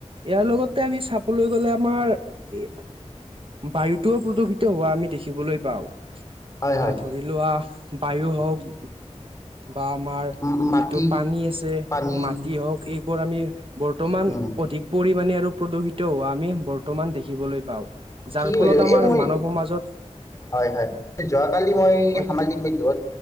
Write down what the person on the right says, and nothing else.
ইয়াৰ লগতে আমি চাবলৈ গ'লে আমাৰ ই, বায়ুতোও প্ৰদূষিত হোৱা আমি দেখিবলৈ পাওঁ
অহ
ধৰি লোৱা বায়ু হওঁক বা আমাৰ
যিটো পানী আছে
মাটি হওঁক এইবোৰ আমি বৰ্তমান
অধিক পৰিমাণে আৰু প্ৰদূষিত হোৱা আমি বৰ্তমান দেখিবলৈ পাওঁ যাৰ
ফলত
আমাৰ
মানৱ সমাজত
হয়